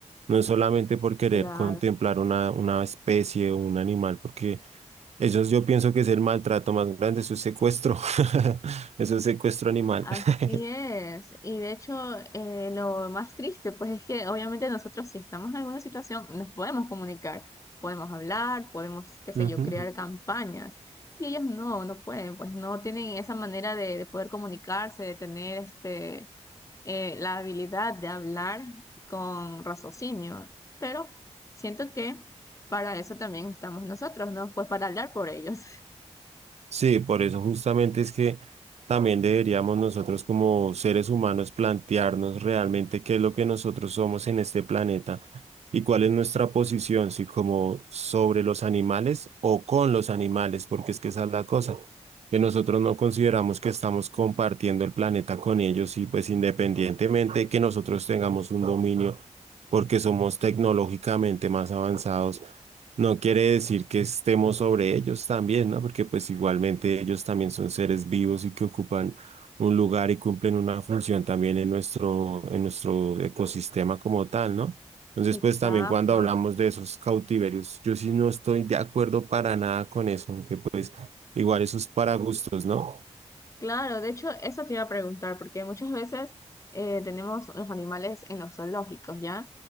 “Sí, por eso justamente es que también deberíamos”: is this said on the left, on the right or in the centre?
Right